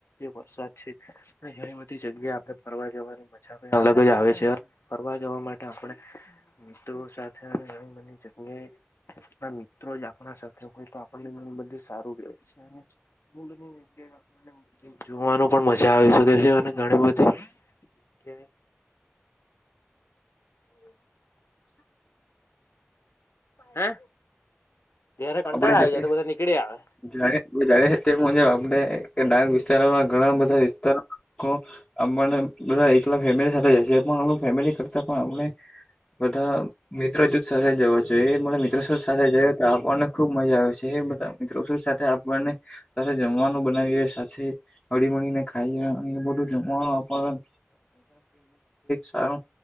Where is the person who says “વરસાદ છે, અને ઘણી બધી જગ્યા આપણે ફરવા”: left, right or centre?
Left